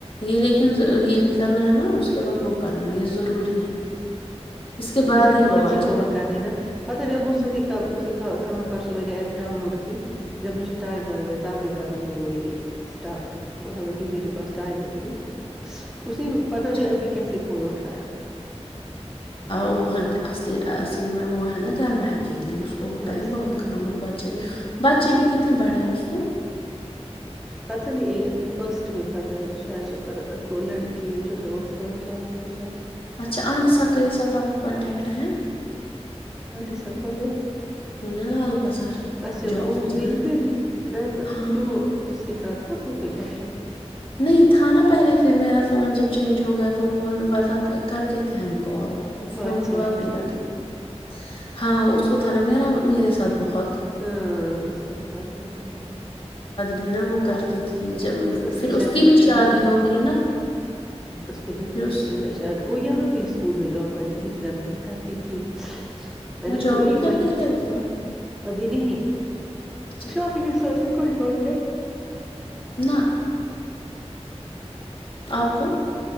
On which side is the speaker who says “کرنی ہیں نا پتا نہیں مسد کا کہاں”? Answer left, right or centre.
Centre